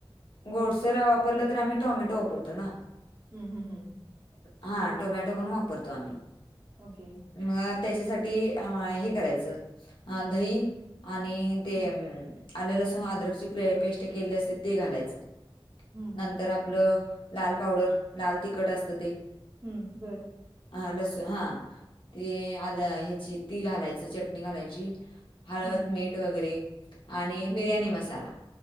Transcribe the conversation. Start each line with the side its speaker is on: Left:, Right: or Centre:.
Left: गोडसर वापरलं तर आम्ही टोमॅटो वापरतो ना?
Right: हम्. हम्. हम.
Left: हा. टोमॅटो पण वापरतो आम्ही.
Right: ओके.
Left: म त्याच्यासाठी अ हे करायचं. दही- आणि ते
Right: हं,
Left: अम आले लसूण अद्रकची प पेस्ट केलेली असते ते घालायचं.
Right: हम्म.
Left: नंतर आपलं लाल पावडर, लाल तिखट असतं ते.
Right: हम्म. बरं.
Left: हा. लसू -हा. ते आलं ह्याची ती घालायची चटणी घालायची. हळद,
Right: हं.
Left: मीठ वगैरे आणि
Right: मीठ,
Left: बिर्याणी मसाला.